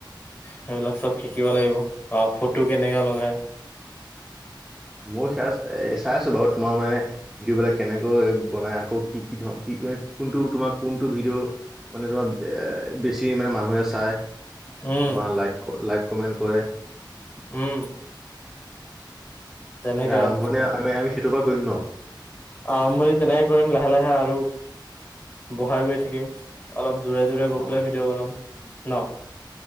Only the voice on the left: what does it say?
সেইবিলাক চব শিকিব লাগিব আৰু ফটো কেনেকা লগাই।
উম।
উম। তেনেকাই
আৰম্ভণি তেনেকে কৰিম লাহে লাহে আৰু বহাই গৈ থাকিম অলপ। দূৰে দূৰে গৈ
পেলাই ভিডিঅ' বনাম ন'?